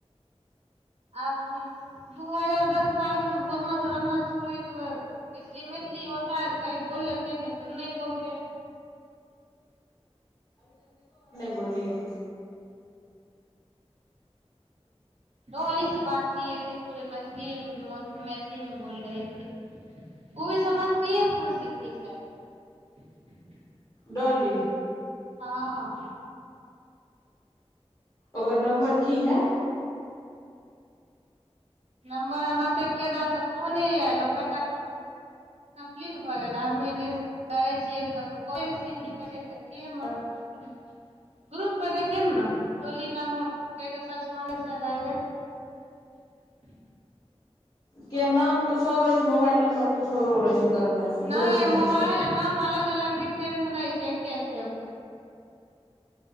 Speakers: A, on the right; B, on the left.
A: आब दू हजार दस बारह से वहा से रहना छोड़िय तऽ इसलि मैथिली होता है कभी बोल लेतेै न तऽ नहि बोलतेै
B: बोलियए
A: त उन्ही से बात किए पूेरे मैथिली मैथिलीमे बोल रहेे उ भी समस्तीपुर थे शायद
B: डॉली
A: हँ
B: ओकर नम्बर की है
A: नम्बर हमरातेकके द तऽ फोने यए लोक क टा कम्प्लीट भऽ गेल आ मैनेज करै छियै तब कोई रिसीव नै लै छै तऽ के म की कर ग्रुपमे देखियौ ने ने डॉली नाम करि कऽ सर्च मारै छै आ जायत
B: के नाम कछु आओर रहे छै मोबाइल नंबर कछु आरोर रहे छै करने
A: नहि
B: उहे से बोललो
A: मोबाइल आ नाम अलग अलग डिटेंशन नै छै एके छै ओकर